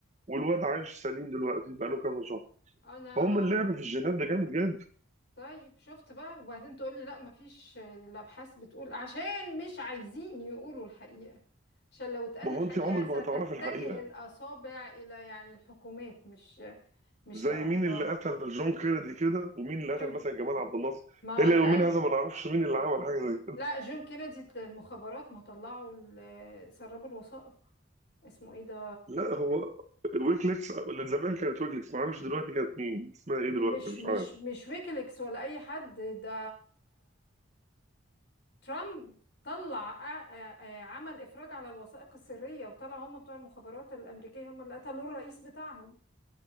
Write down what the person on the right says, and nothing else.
والواد عايش سليم دلوقتي بقى له كذا شهر
فهم
اللعب في الجينات ده جامد جدا
ما
هو انت عمرك
ما هتعرفي الحقيقه
زي
مين اللي قتل جون كينيدي كده ومين اللي قتل
مثلا جمال عبد الناصر
الى
يومين هذا ما نعرفش مين اللي عمل حاجه زي
لا هو ويكليكس اللي زمان كانت ويكليكس ما اعرفش دلوقتي كانت مين اسمها ايه دلوقتي
مش
عارف